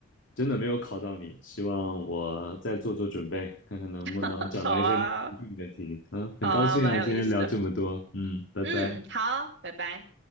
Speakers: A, on the left; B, on the right.
A: 真的没有考到你，希望我再做做准备，看看能不能找到一些能难住你的题。
B: <laughs> 好啊。
A: 嗯，很高兴啊，
B: 好啊，蛮有意思的。
A: 今天聊这么多，嗯，拜拜。
B: 嗯，好，拜拜。